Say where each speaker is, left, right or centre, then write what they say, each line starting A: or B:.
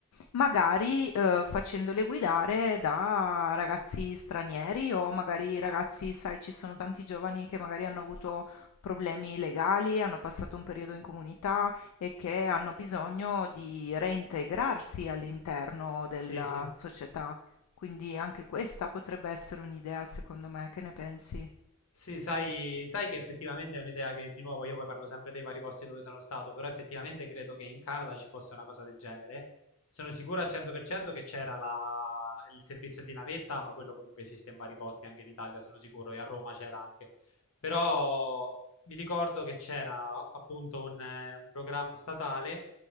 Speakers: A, on the left; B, on the left.
A: magari eh, facendole guidare da ragazzi stranieri o magari ragazzi, sai, ci sono tanti giovani che magari hanno avuto problemi legali, hanno passato un periodo in comunità e che hanno bisogno di reintegrarsi all'interno della
B: Sì, sì.
A: società. Quindi anche questa potrebbe essere un'idea, secondo me, che ne pensi?
B: Sì, sai, sai che effettivamente è un'idea che di nuovo io poi parlo sempre dei vari posti dove sono stato, però effettivamente credo che in Canada ci fosse una cosa del genere. Sono sicuro al 100% che c'era la- il servizio di navetta, ma quello comunque esiste in vari posti anche in Italia, sono sicuro, e a Roma c'era anche. Però mi ricordo che c'era appunto un, eh, un programma statale